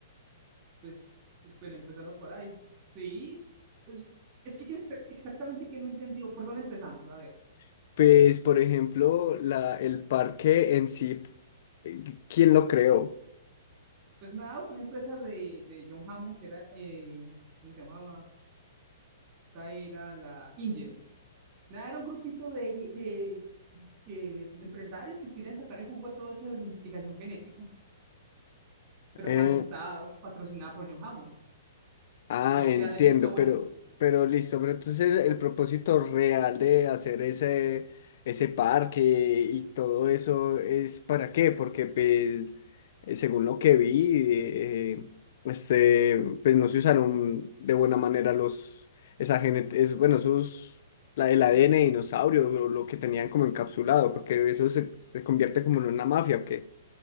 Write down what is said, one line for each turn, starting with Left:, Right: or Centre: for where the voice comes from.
Right: Pues, bueno, empezando por ahí. Sí, pues, es que ¿qué exa- exactamente qué no entendió, ¿por dónde empezamos? A ver,
Left: <laughs> pues, por ejemplo, la, el parque en sí, eh, ¿quién lo creó?
Right: pues nada, fue la empresa de, de John Hammond, que era, eh, ¿cómo se llamaba? Esta era la InGen. Nada, era un grupito de, ge- de que, empresarios que querían sacarle jugo a todo eso de la investigación genética, pero
Left: Eh,
Right: más estaba patrocinada por John Hammond.
Left: Ah,
Right: Tenían
Left: entiendo,
Right: que darle el visto bueno.
Left: pero, pero listo, pero entonces el propósito real de hacer ese, ese parque y todo eso es para qué, porque pues eh, según lo que vi, eh, este, pues no se usaron de buena manera los, esa gene- es, bueno, esos, la, el ADN de dinosaurio, lo, lo que tenían como encapsulado, porque eso se, se convierte como en una mafia, ¿ok?